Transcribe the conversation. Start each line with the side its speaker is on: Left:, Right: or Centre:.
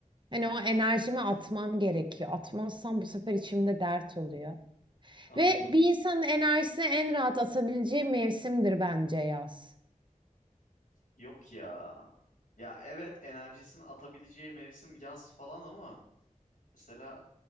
Right: Hani o enerjimi atmam gerekiyor. Atmazsam bu sefer içimde dert oluyor.
Left: anladım.
Right: Ve bir insanın enerjisini en rahat atabileceği mevsimdir bence yaz.
Left: Yok ya. Ya evet enerjisini atabileceği mevsim yaz falan ama mesela